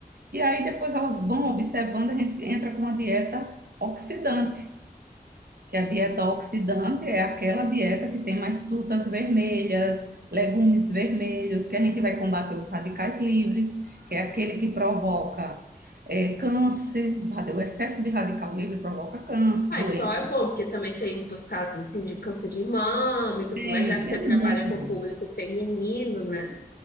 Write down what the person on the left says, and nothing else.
Ah,
então é bom, porque também tem muitos casos, assim, de câncer de mama e tudo
mais, já que você
trabalha com
o público feminino, né?